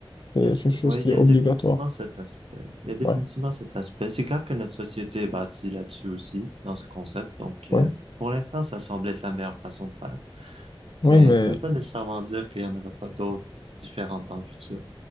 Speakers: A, on the left (about 50°); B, on the right (about 85°).
A: c'est
B: y a ce-
A: une chose
B: ouais,
A: qui
B: il y
A: est obligatoire.
B: a définitivement cet aspect. Il y a définitivement
A: Ouais,
B: cet aspect. C'est clair que notre société est bâtie là-dessus aussi, dans ce concept. Donc
A: ouais,
B: euh, pour l'instant, ça semble être la meilleure façon de faire,
A: ouais,
B: mais
A: mais
B: ça veut pas nécessairement dire qu'il y en aura pas d'autres différentes dans le futur.